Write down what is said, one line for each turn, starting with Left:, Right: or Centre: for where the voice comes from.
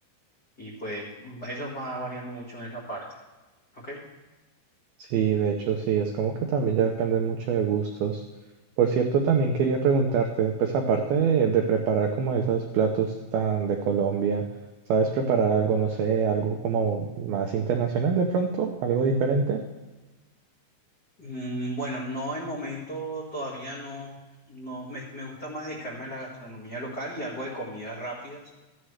Left: Y, pues, eso va variando mucho en esa parte. ¿Ok?
Right: Sí, de hecho sí, es como que también ya depende mucho de gustos. Por cierto, también quería preguntarte, pues aparte de, de preparar como esos platos tan de Colombia, ¿sabes preparar algo, no sé, algo como más internacional de pronto, algo diferente?
Left: Mm, Bueno, no el momento todavía no, no me, me gusta más dedicarme a la gastronomía local y algo de comidas rápidas,